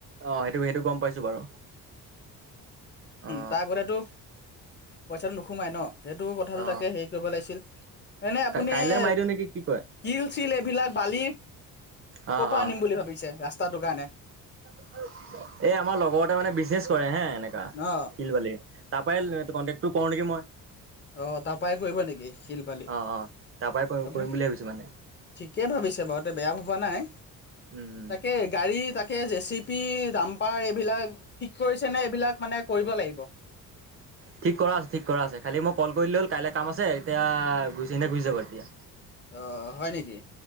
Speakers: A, on the right (about 40°); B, on the left (about 30°).
A: অ' সেইটো সেইটো গম পাইছো বাৰু অ।
B: তাৰ আগতেতো পইচাটো নোসোমাই ন? হেইটো কথাটো
A: অ
B: তাকে হেৰি কৰিব লাগিছিল, এনে আপুনি
A: কাইলে
B: এ।
A: মাৰি দিওঁ নেকি কি কয়
B: শিল চিল এইবিলাক বালি,
A: অ
B: ক'ৰপা
A: অ
B: আ‌নিম বুলি ভাবিছে। ৰাস্তাটো কাৰণে?
A: এই, আমাৰ লগৰ এটাই মানে বিজনেচ কৰে হে, এনেকা
B: অ
A: শিল বালি তাৰ পা কণ্টেকটো কৰো নেকি মই,
B: অ'তাৰ পাই কৰিব নেকি শিল-বালি?
A: অ অ তাৰ পৰাই কৰিম
B: আপুনি,
A: কৰিম বুলি ভাবিছো মানে
B: ঠিকে ভাবিছে বাৰুতে বেয়া ভাৱ হোৱা নাই,
A: উম উম
B: তাকেই গাড়ী তাকেই জেচিপি, জাম তাৰ এইবিলাক, ঠিক কৰিছে নে এইবিলাক। মানে, কৰিব লাগিব?
A: ঠিক কৰা আছে ঠিক কৰা আছে খালি মই কল কৰিলে হ'ল, কাইলৈ কাম আছে এতিয়াই গুচিনে গুচি যাব এতিয
B: অ' হয় নেকি?